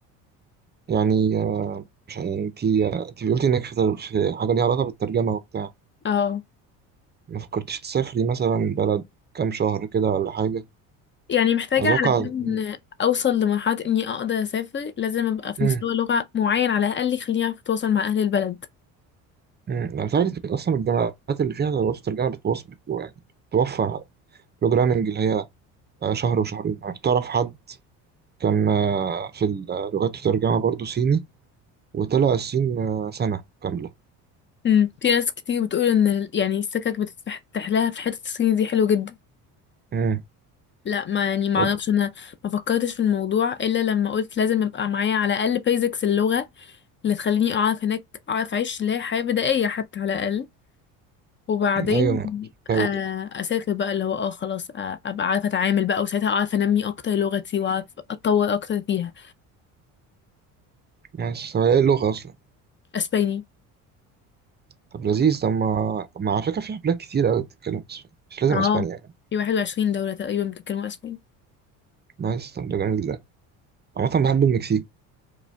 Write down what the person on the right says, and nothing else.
يعني آه، مش يعني أنت أنت قلتي إنك في في حاجة ليها علاقة بالترجمة وبتاع
ما فكرتش تسافري مثلا بلد كام شهر كده ولا حاجة
أتوقع
إن-
مم.
مم. أنا فعلا أصلا الجامعات اللي فيها دراسة الترجمة بتوص بت- يعني بتوفر بروجرامنج اللي هي آه، شهر وشهرين يعني تعرف حد كان آه، في اللغات الترجمة برضه صيني وطلع الصين آه، سنة كاملة
مم.
طب
أيوة ما- مش حاول
يعني.
ماشي طب هي اللغة أصلا
طب لذيذ طب ما طب ما على فكرة في بلاد كتير أوي بتتكلم أسباني مش لازم
أسبانيا يعني
نايس طب ده جميل ده عامة بحب المكسيك